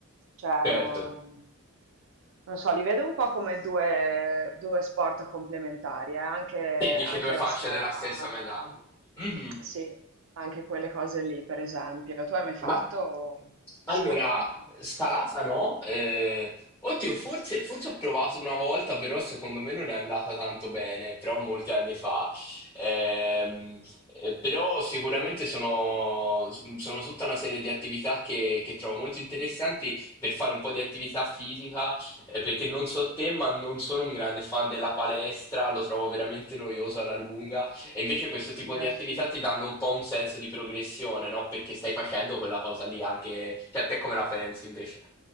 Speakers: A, on the right (about 60°); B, on the left (about 15°).
A: Cioè,
B: certo.
A: non, non so, li vedo un po' come due, due sport complementari, eh, Anche, anche
B: Che dici due facce
A: la scalata,
B: della stessa medaglia. Mhm.
A: sì, anche quelle cose lì, per esempio. Tu hai mai fatto
B: Ma Allora,
A: scalata?
B: scalata no? Eh, oddio, forse, forse ho provato una volta, però secondo me non è andata tanto bene, però molti anni fa. Ehm, eh, però sicuramente sono, sono tutta una serie di attività che, che trovo molto interessanti per fare un po' di attività fisica, eh, perché non so te, ma non sono un grande fan della palestra, lo trovo veramente noioso alla lunga. E invece questo
A: Sì,
B: tipo di
A: ah,
B: attività
A: sì.
B: ti danno un po' un senso di progressione, no? Perché stai facendo quella cosa lì anche... Cioè, te come la pensi invece?